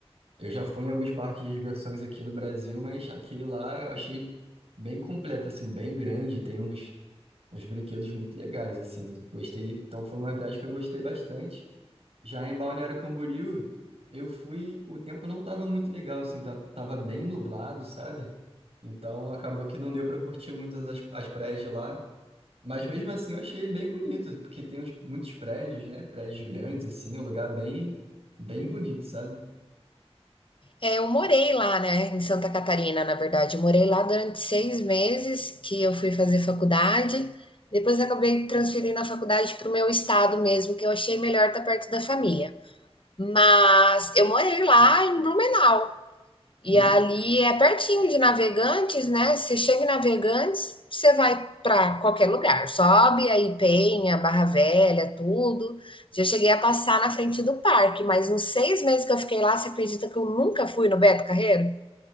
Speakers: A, on the right; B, on the left.
A: eu já fui em alguns parques de diversões aqui no Brasil, mas aquele lá eu achei bem completo, assim, bem grande. Tem uns, uns brinquedos muito legais, assim. Gostei. Então foi uma viagem que eu gostei bastante. Já em Balneário Camboriú, eu fui, o tempo não estava muito legal, assim, ta- tava bem nublado, sabe? Então acabou que não deu para curtir muitas as, as praias de lá. Mas mesmo assim eu achei bem bonito, porque tem uns, muitos prédios, né? Prédios grandes, assim, um lugar bem, bem bonito, sabe?
B: É, eu morei lá, né, em Santa Catarina, na verdade. Eu morei lá durante seis meses que eu fui fazer faculdade. Depois eu acabei transferindo a faculdade para o meu estado mesmo, que eu achei melhor estar perto da família. Mas eu morei lá em Blumenau.
A: E,
B: E ali é pertinho de Navegantes, né? Você chega em Navegantes, você vai para qualquer lugar. Sobe aí Penha, Barra Velha, tudo. Já cheguei a passar na frente do parque, mas nos seis meses que eu fiquei lá, você acredita que eu nunca fui no Beto Carreiro?